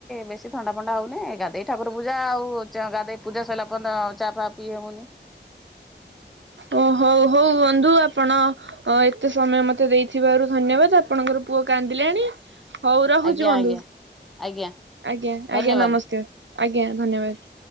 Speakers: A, in the centre; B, on the right (about 85°).
A: ବେଶୀ ଥଣ୍ଡା ଫଣ୍ଡା ହଉନି, ଗାଧୋଇକି ଠାକୁର ପୂଜା ଆଉ ଗାଧୋଇ ପୂଜା ସରିଲା ପରେ ଚା ପା ପିଇ ହେବନି।
B: ଓ ହଉ ହଉ ବନ୍ଧୁ ଆପଣ ଅ ଏତେ ସମୟ ମତେ ଦେଇଥିବାରୁ ଧନ୍ୟବାଦ, ଆପଣଙ୍କର ପୁଅ କାନ୍ଦିଲାଣି ହଉ ରହୁଛି
A: ଆଜ୍ଞା
B: ବନ୍ଧୁ।
A: ଆଜ୍ଞା ଆଜ୍ଞା
B: ଆଜ୍ଞା
A: ଧନ୍ୟବାଦ
B: ଆଜ୍ଞା ନମସ୍କାର, ଆଜ୍ଞା ଧନ୍ୟବାଦ।